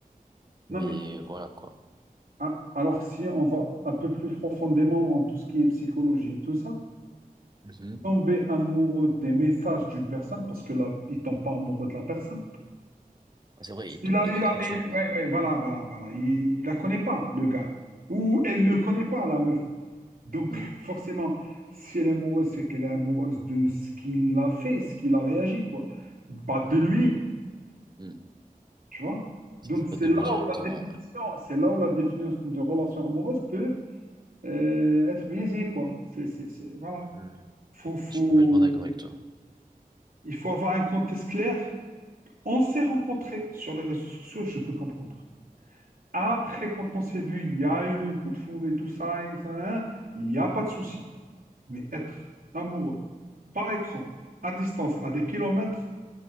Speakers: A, on the right (about 70°); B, on the right (about 25°).
A: non,
B: Mais
A: mais
B: voilà, quoi.
A: a- alors si on va un peu plus profondément en tout ce qui est psychologie et tout ça,
B: Mhm.
A: tomber amoureux des messages d'une personne, parce que là, il tombe pas amoureux de la personne.
B: C'est vrai, il
A: Il
B: tombe
A: a,
B: de
A: il
B: l'écriture,
A: a, il-
B: quoi.
A: ouais, ouais, voilà, voilà, voilà. Il, il la connaît pas, le gars. Ou elle le connaît pas, la meuf. Donc,
B: Mhm.
A: <laughs> forcément, si elle est amoureuse, c'est qu'elle est amoureuse de ce qu'il a fait, ce qu'il a réagi, quoi. Pas de lui,
B: Mhm.
A: tu vois. Donc,
B: Ça, c'est
A: c'est
B: pas de
A: là
B: lui directement.
A: où la définition,
B: ouais.
A: c'est là où la définition de relation amoureuse peut euh, être biaisé, quoi. C'est, c'est, c'est, voilà.
B: Mhm.
A: Faut, faut...
B: Je suis complètement d'accord avec toi.
A: Il faut avoir un contexte clair. On s'est rencontrés sur les réseaux sociaux, je peux comprendre. Après, quand on s'est vu, il y a eu le coup de foudre et tout ça, et ça, nan, nan, il n'y a pas de souci. Mais être amoureux, par écran, à distance, à des kilomètres,